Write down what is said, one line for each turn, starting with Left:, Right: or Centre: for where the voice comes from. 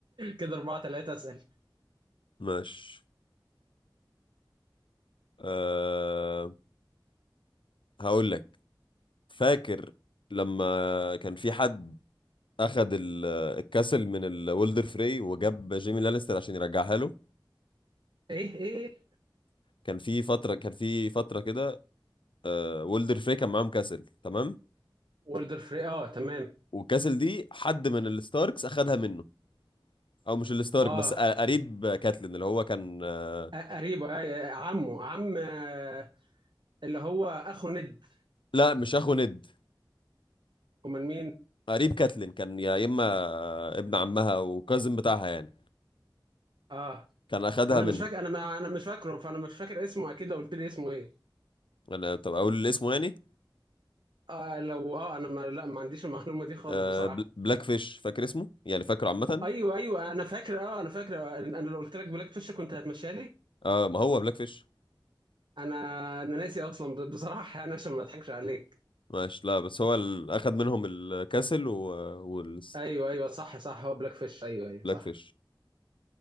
Right: كده أربعة تلاتة أسأل
Left: ماشي آه، هقول لك فاكر لما كان في حد اخذ ال- الكاسل من الولدر فري وجاب جيمي لانستر عشان يرجعها له
Right: إيه إيه
Left: كان في فتره كان في فتره كده آه، وولدر فري كان معاهم كاسل تمام
Right: وولدر فري آه تمام
Left: والكاسل دي حد من الستاركس اخذها منه او مش الستارك
Right: آه
Left: بس ق- قريب كاتلين اللي هو كان آه،
Right: أ- قريبه آه عمه عم آه، اللي هو أخو ند
Left: لا مش اخو ند
Right: أمال مين؟
Left: قريب كاتلين كان يا اما آه، ابن عمها او كازن بتاعها يعني
Right: آه
Left: كان اخذها
Right: انا
Left: منه
Right: مش فاكر انا ما انا مش فاكره فانا مش فاكر اسمه اكيد لو قلت لي اسمه ايه
Left: انا طب اقول اسمه يعني
Right: آه لو اه انا ما لا ما عنديش المعلومه دي خالص
Left: آه،
Right: بصراحه
Left: بل- بلاك فيش فاكر اسمه يعني فاكره عامه
Right: ايوه ايوه انا فاكر اه انا فاكر آه، انا لو قلت لك بلاك فيش كنت هتمشيها لي
Left: اه ما هو بلاك فيش
Right: انا انا ناسي اصلا ب- بصراحه انا عشان ما اضحكش عليك
Left: ماشي لا بس هو ال... اخد منهم الكاسل و... والبلاك
Right: ايوه ايوه صح صح هو بلاك فيش ايوه ايوه صح
Left: فيش